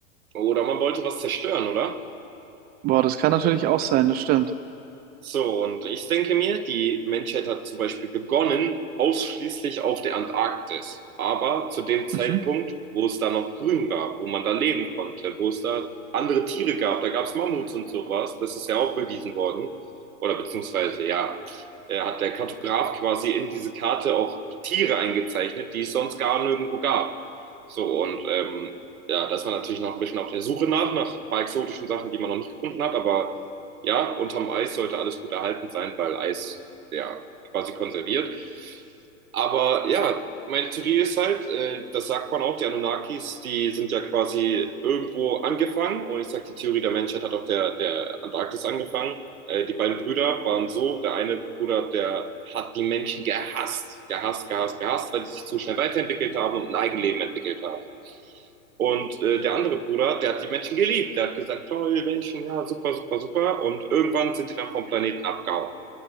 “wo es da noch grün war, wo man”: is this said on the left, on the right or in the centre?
Right